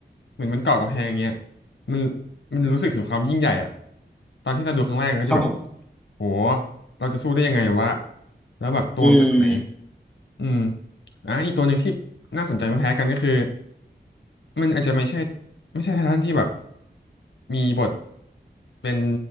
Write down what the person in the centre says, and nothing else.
ครับผม
อืม